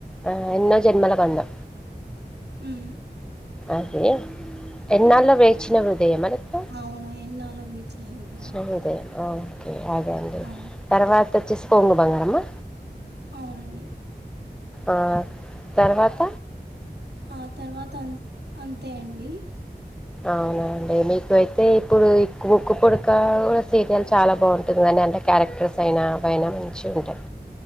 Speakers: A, in the centre; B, on the right.
A: ఆ ఎన్నో జన్మల బంధం
B: మ్మ్
A: అదే ఎన్నాళ్ళో వేచిన హృదయం మరిప్ప
B: అవును <unintelligible> హృదయం
A: చిన ఓకే అదండీ
B: ఆ,
A: తర్వాత వచ్చేసి కోంగు బంగారమ్మా
B: అవునండి
A: ఆ తర్వాత
B: ఆ తర్వాత అన్ అంతే అండి
A: అవునండి మీకు అయితే ఇప్పుడు క్కు ఉక్కు పుడక కూడా సీరియల్ చాలా బాగుంటది అ ఎంత క్యారెక్టర్స్ అయినా అవయినా మంచిగా ఉంటాయి